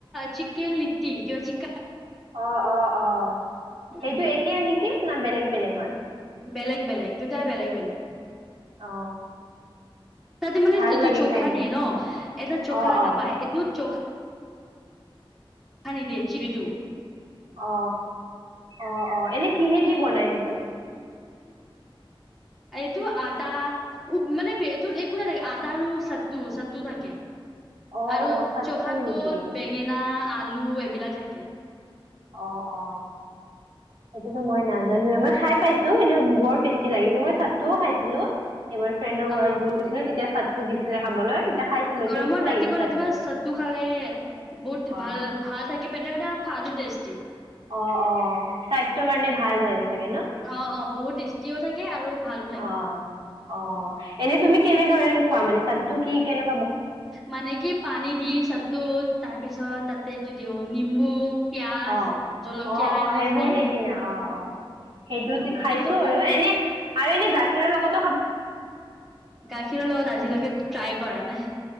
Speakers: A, in the centre; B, on the right (about 80°).
A: চিকেন লিটি ক চিক
B: অ অ অ, সেইটো
A: উম
B: একেই নেকি? ন বেলেগ বেলেগ হয়।
A: বেলেগ বেলেগ, দুটাই বেলেগ বেলেগ।
B: অ
A: তাতে মানে
B: ভাল
A: এইটো
B: লাগে
A: চখা
B: খাই কিনে
A: দিয়ে ন, এটা চখা
B: অ
A: থখা
B: অ
A: পায় এইটো চখা সানি দিয়ে চি বিটো।
B: অ, অ অ এনে কিহেদি বনাই এ টো?
A: এইটো আটা, উম মানে এইটো একো নাথাকে আটা আৰু চাতু চাতু থাকে।
B: অ
A: আৰু
B: অ চাটটোৰ
A: চখাটোত
B: নেকি
A: বেঙেনা আলু এইবিলাক থাকে।
B: অ অ, এইটো মই নাজানোৱে মই খাই পাইছো কিন্তু বৰ টেষ্টি লাগিছে মই চাতটোও খাইছিলো। এইবাৰ ফ্ৰেণ্ডৰ ঘৰত
A: অ
B: গৈছিলো তেতিয়া চা টো দিছিলে খাবলৈ খাইছিলো
A: গৰমত
B: টেষ্টি
A: ৰাতিপুৱা
B: লাগিছে চাটটো
A: ৰাতিপুৱা চাতটো খালে বহুত
B: অ
A: ভাল ভাল থাকে পেটে মানে আৰু সোৱাদো টেষ্ট টি।
B: অ অ, স্বাস্থ্যৰ কাৰণে ভাল হয় চাগে ন,
A: অ অ বহুত টেষ্টিও থাকে আৰু ভালো থাকে
B: অ অ এনে তুমি? কেনে ধৰণৰ খোৱা মানে চাতটো কি কেনো
A: মানে কি পানী দি চাতটোত তাৰ পিছত তাতে এইটো দিওঁ নিম্বু পিয়াজ
B: অ,
A: জলকীয়া
B: অ অ
A: এনেকুৱা
B: সেইবোৰ
A: খাই
B: দি কিনে অ অ। সেইটোদি
A: অ
B: খাইছো
A: এনেকুৱা বহু
B: আৰু এনে আৰু এনে গাখীৰৰ লগত
A: গাখীৰৰ লগত আজিলৈকে ট্ৰাই কৰা নাই।